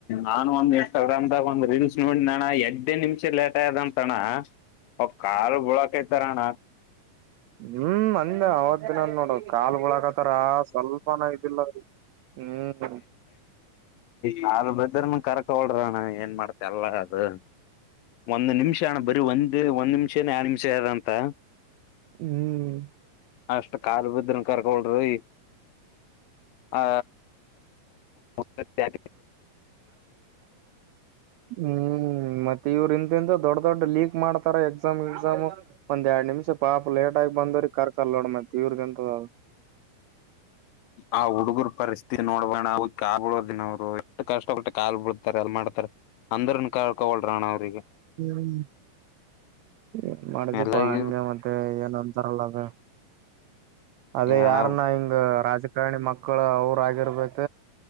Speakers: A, on the left (about 85°); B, on the right (about 85°).
A: ನಾನು ಒಂದ್ ಇನ್ಸ್ಟಾಗ್ರಾಮ್್ದಾಗ ಒಂದ್ ರೀಲ್ಸ್ ನೋಡಿದಣ ಎಡ್ನೇ ನಿಮಿಷ ಲೇಟ್ ಆಯದಂತಣ ಒ ಕಾ ಬಳಕೈತಾರಣ
B: ಹ್ಮ್ ಅಂದ ಅವತ್ ದಿನ ನೋಡ ಕಾಲ್ಗಳಾಕತಾರ ಸ್ವಲ್ಪನ ಇದಿಲ್ಲ ಹ್ಮ್
A: ಹಾರ ಬ ಇದ ಕರ್ಕಳ್ರಣ ಏನ್ ಮಾಡ್ತ ಅಲ್ಲ ಅದು ಒಂದ ನಿಮಿಷ ನಿಮಿಷಣ ಬರೀ ಒಂದ್ ಒಂದ್ ನಿಮಿಷನ ಯರ ನಿಮಿಷ ಯಾರ ಅಂತ
B: ಹ್ಮ್
A: ಅಷ್ಟ್ ಕಾಲು ಬಿದ್ರನ್ ಕರ್ಕಳ್ರಿ ಆ ತ್ಯ
B: ಹ್ಮ್ ಮತ್ತ ಇವ್ರ ಇಿಂದಿಂದ ದೊಡ್ಡ ದೊಡ್ ಲೀಕ್ ಮಾಡತಾರೆ ಎಕ್ಸಾಮ್ ಎಕ್ಸಾಮ್ ಒಂದ್ ಎರಡ್ ನಿಮಿಷ ಪಾಪ ಲೇಟ್ ಲೇಟಾಗಿ ಬಂದ್ರ ಕರ್ಕಲ್ ನೋಡ ಮತ್ತತ್ ಇವ್ರ್ದ ಎಂತದ
A: ಆ ಹುಡುಗರ್ ಪರಿಸ್ಥಿತಿ ನೋಡುವಣ ನಾವು ಕಾ ಬಿಡೋದ ದಿನ್ರು ಎಷ್ಟು ಕಷ್ಟ ಕೊಟ್ಟೆ ಕಾಲ್ ಬಿಡ್ತಾರೆ ಎಲ್ಲ ಮಾಡ್ತಾರ ಅಂದ್ರನು ಕಳ್ಕೊಳ್ರಣ್ಣ ಅವ್ರಗ
B: ಹ್ಮ್ ಏನ್ ಮಾಡಿದಿಪ್ಪಾ
A: ಎಲ್ಲ ಇವ್
B: ಹಂಗೆ ಮತ್ತೆ ಏನ್ ಅಂತಾರಲ್ಲ ಅದ ಅದೇ ಯಾರನ್ನ
A: ಅಣ
B: ಹಿಂಗ ರಾಜಕಾರಣಿ ಮಕ್ಕಳು ಅವರಗಿರ್ಬೇಕ